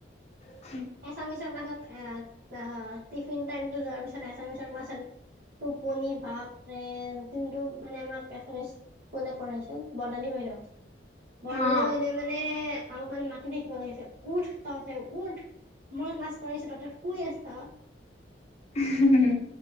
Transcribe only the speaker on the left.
উ। <inaudible>
অ
ম,